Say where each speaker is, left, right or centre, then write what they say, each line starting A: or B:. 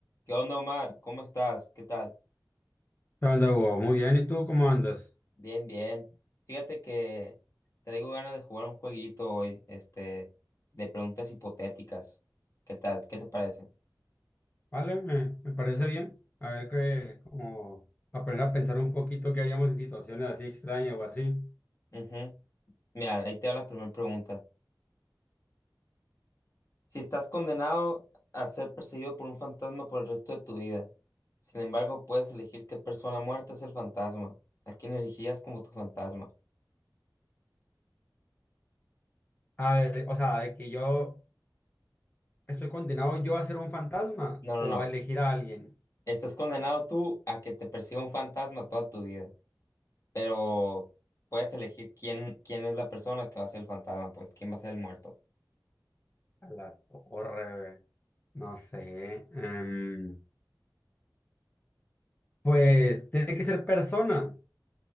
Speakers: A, on the left; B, on the left.
A: ¿Qué onda, Omar? ¿Cómo estás? ¿Qué tal?
B: ¿Qué onda, Hugo? Muy bien, ¿y tú cómo andas?
A: Bien, bien. Fíjate que traigo ganas de jugar un jueguito hoy, este, de preguntas hipotéticas. ¿Qué tal? ¿Qué te parece?
B: Vale, me, me parece bien. A ver qué, como aprender a pensar un poquito qué haríamos en situaciones así extrañas o así.
A: Ujú. Mira, ahí te va la primera pregunta. Si estás condenado a ser perseguido por un fantasma por el resto de tu vida, sin embargo, puedes elegir qué persona muerta es el fantasma. ¿A quién elegirías como tu fantasma?
B: A ver, o sea, de que yo estoy condenado yo a ser un fantasma
A: No, no,
B: o
A: no.
B: a elegir a alguien.
A: Estás condenado tú a que te persiga un fantasma toda tu vida. Pero puedes elegir quién, quién es la persona que va a ser el fantasma, pues, quién va a ser el muerto.
B: A la torre, güey. No sé. em, pues tiene que ser persona,